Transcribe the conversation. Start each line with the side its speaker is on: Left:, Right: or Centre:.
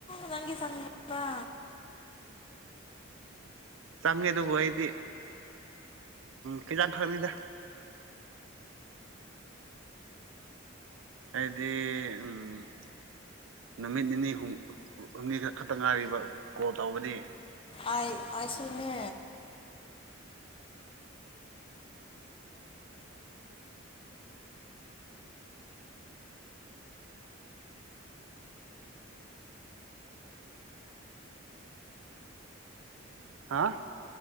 Left: ꯅꯪꯒꯤ ꯆꯪꯉꯕ꯭ꯔꯥ
Right: ꯆꯪꯉꯦ ꯑꯗꯨꯕꯨ ꯑꯩꯗꯤ ꯈꯤꯇꯪ ꯈꯛꯅꯤꯗ ꯑꯩꯗꯤ ꯎꯝ ꯅꯨꯃꯤꯠ ꯅꯤꯅꯤ ꯍꯨꯝ ꯍꯨꯝꯅꯤꯈꯛ ꯈꯛꯇ ꯉꯥꯏꯔꯤꯕ ꯀꯣꯜ ꯇꯧꯕꯗꯤ
Left: ꯑꯩ ꯑꯩꯁꯨꯅꯦ
Right: ꯍꯥ